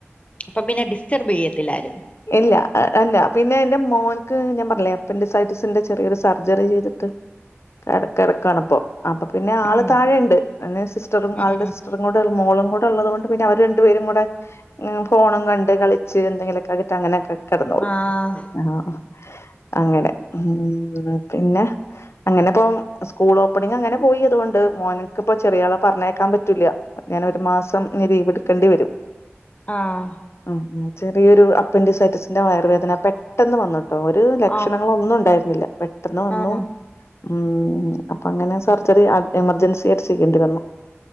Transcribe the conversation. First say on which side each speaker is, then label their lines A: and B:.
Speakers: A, on the left (about 30°); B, on the left (about 70°).
A: അപ്പൊ പിന്നെ ഡിസ്റ്റർബ് ചെയ്യത്തില്ല ആരും
B: ഇല്ല അ അല്ല പിന്നെ എന്റെ മോനക്ക് ഞാൻ പറഞ്ഞില്ലേ അപ്പൻഡിസൈറ്റിസിന്റെ ചെറിയൊരു സർജറി ചെയ്തിട്ട് താഴെ കെടക്കുവാണിപ്പോ അപ്പൊ പിന്നെ ആള്
A: ഉം
B: താഴെയുണ്ട് പിന്നേ സിസ്റ്ററും
A: ഉം
B: ആളുടെ സി സ്റ്ററും കൂടെ ഒരു മോളും കൂടെ ഉള്ളത് കൊണ്ട് പിന്നെ അവര് രണ്ടു പേരും കൂടെ ഉം ഫോണും കണ്ട് കളിച്ച് എന്തെങ്കിലൊക്കെ ആക്കീട്ട് അങ്ങനൊക്കെ കെടന്നോളും
A: ആഹ്
B: ആഹ് അങ്ങനെ ഉം പിന്നെ അങ്ങനെ ഇപ്പം സ്കൂൾ ഓപ്പണിങ് അങ്ങനെ പോയി അതുകൊണ്ട് മോനുക്കിപ്പം ചെറിയാളെ പറഞ്ഞയക്കാൻ പറ്റൂല്ല ഞാനൊരു മാസം ഇനി ലീവ് എടുക്കേണ്ടി വരും
A: ആഹ്
B: ഉം ഉം ചെറിയൊരു അപ്പൻഡിസൈറ്റിസിന്റെ വയറുവേദന പെ ട്ടെന്ന് വന്നൂട്ടോ ഒരു ലക്ഷണങ്ങള്
A: ആഹ്
B: ഒന്നും ഉണ്ടായിരുന്നില്ല പെട്ടെന്ന് വന്നു
A: ആഹ്
B: ഉം അ പ്പം അങ്ങനെ സർജറി അ എമർജൻസി ആയിട്ട് ചെയ്യേണ്ടി വന്നു